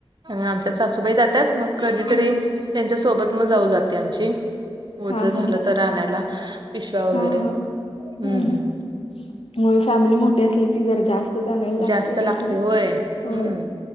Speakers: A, on the right (about 50°); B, on the left (about 75°).
A: आमच्यात सासूबाई जातात मग कधीतरी
B: हं हं.
A: त्यांच्या सोबत मग जाऊ जाते आमची ओझं
B: हां
A: झालं
B: हां हां
A: तर आणायला पिशव्या वगैरे
B: हां हां
A: हम्म
B: हं हं. होय फॅमिली मोठी असली की जरा जास्तच आणायला
A: जास्त लागते
B: त्याच्यामुळे
A: होय हम्म
B: होय.